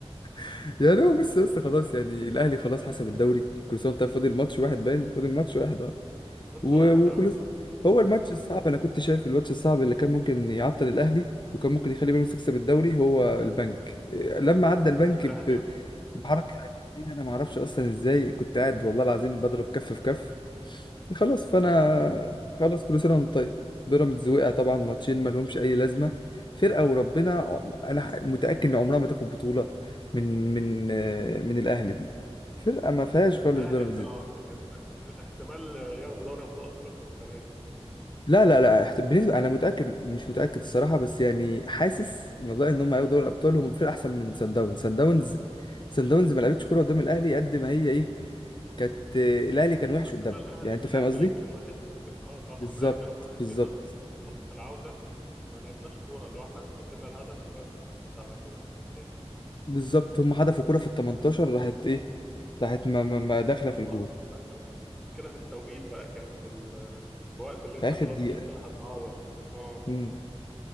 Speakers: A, on the left; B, in the centre.
A: <laughs> يعني هو بس يا اسطى خلاص يعني الاهلي خلاص حسب الدوري كل سنه وانت طيب فاضل ماتش واحد باين فاضل ماتش واحد اه
B: ماتش
A: و-
B: واحد
A: وفلوس
B: أه
A: هو الماتش الصعب انا كنت شايف الماتش الصعب اللي كان ممكن يعطل الاهلي وكان ممكن يخلي بيراميدز يكسب الدوري هو البنك إيه، لما عدى
B: البنك
A: البنك
B: الأهلي
A: ب-
B: أه
A: بحركه عجيبه انا ما اعرفش اصلا ازاي كنت قاعد والله العظيم بضرب كف في كف خلاص فانا خلاص كل سنه وانت طيب بيراميدز وقع طبعا ماتشين ما لهمش اي لازمه فرقه وربنا ع- انا ح- متاكد ان عمرها ما تاخد بطوله من من آه، من الاهلي دي فرقه ما فيهاش
B: من
A: خالص
B: الأهلي
A: بيراميدز
B: أه لكن لكن احتمال ياخدوا دوري أبطال أفريقيا السنة دي
A: لا لا لا احت- بالنسبة أنا متأكد مش متأكد الصراحة بس يعني حاسس موضوع إن هم هياخدوا دوري الأبطال هم فرقة أحسن من سان داونز سان داونز سان داونز ما لعبتش كورة قدام الأهلي قد ما هي إيه كانت آه، الأهلي كان وحش
B: قد
A: قدامها
B: ما الأهلي
A: يعني
B: الأهلي
A: أنت فاهم قصدي؟
B: اللي كان وحش جدا أه طبعا
A: بالظبط
B: الأهلي كان وحش
A: بالظبط
B: جدا خصوصا في ماتش العودة ما لعبناش كورة اللي هو احنا سجلنا الهدف وبس على كده ما فيش تاني
A: بالظبط هم حدفوا كورة في ال 18 راحت إيه راحت ما, ما, ما داخلة
B: خبطت
A: في الجون
B: في الآخر مشكلة في التوقيت بقى كانت في ال- الوقت اللي
A: في
B: انت
A: آخر
B: خلاص
A: دقيقة
B: مش هتلحق تعوض اه
A: مم.